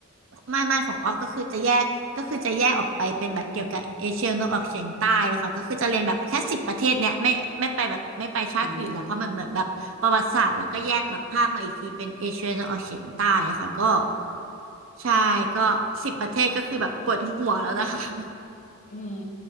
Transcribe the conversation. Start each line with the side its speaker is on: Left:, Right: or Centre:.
Right: ไม่ไม่ของออกก็คือจะแยกก็คือจะแยกออกไปเป็นแบบเกี่ยวกับเอเชียตะวันออกเฉียงใต้เลยค่ะก็คือจะเรียนแบบแค่สิบประเทศเนี่ยไม่ไม่ไปแบบไม่ไปชาติอื่นละเพราะมันเหมือนแบบประวัติศาสตร์แล้วก็แยกแบบภาคมาอีกทีเป็นเอเชียตะวันออกเฉียงใต้อะค่ะก็
Left: อืม
Right: ใช่ก็สิบประเทศก็คือแบบปวดหัวแล้วนะคะ
Left: อืม
Right: <laughs>
Left: อืม